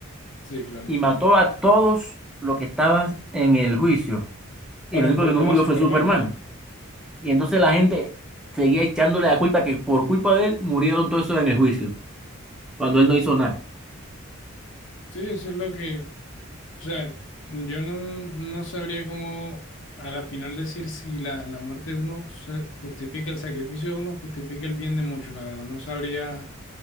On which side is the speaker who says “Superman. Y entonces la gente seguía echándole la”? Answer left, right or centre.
Centre